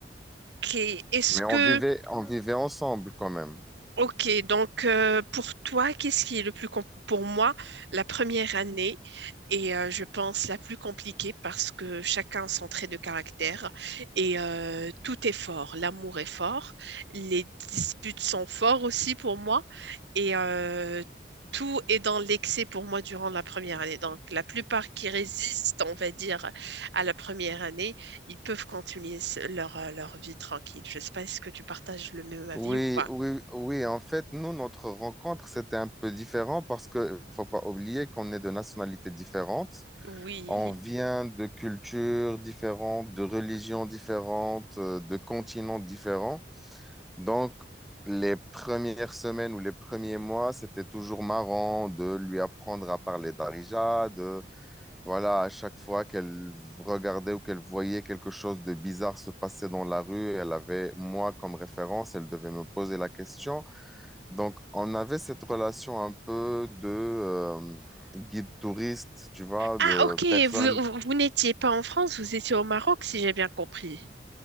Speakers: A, on the right; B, in the centre.
A: Ok. Est-ce
B: Mais
A: que
B: on vivait, on vivait ensemble quand même.
A: Ok, donc euh, pour toi, qu'est-ce qui est le plus com- pour moi, la première année est, euh, je pense, la plus compliquée parce que chacun a son trait de caractère et euh, tout est fort. L'amour est fort, les disputes sont forts aussi pour moi et euh, tout est dans l'excès pour moi durant la première année. Donc la plupart qui résistent, on va dire, à la première année, ils peuvent continuer ce- leur, euh, leur vie tranquille. Je sais pas si que tu partages le même avis
B: Oui,
A: ou pas.
B: oui, oui. En fait, nous, notre rencontre, c'était un peu différent parce que faut pas oublier qu'on est de nationalités différentes.
A: Oui.
B: On vient de cultures différentes, de religions différentes, euh, de continents différents. Donc, les premières semaines ou les premiers mois, c'était toujours marrant de lui apprendre à parler d'Arija, voilà, à chaque fois qu'elle regardait ou qu'elle voyait quelque chose de bizarre se passer dans la rue, elle avait moi comme référence, elle devait me poser la question. Donc, on avait cette relation un peu de euh, guide touriste, tu vois, de
A: Ah, ok,
B: personne.
A: vous, vous, vous n'étiez pas en France, vous étiez au Maroc, si j'ai bien compris.